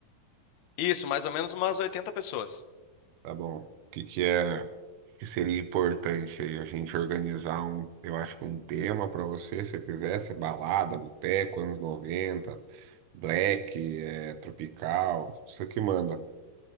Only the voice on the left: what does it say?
Isso, mais ou menos umas 80 pessoas.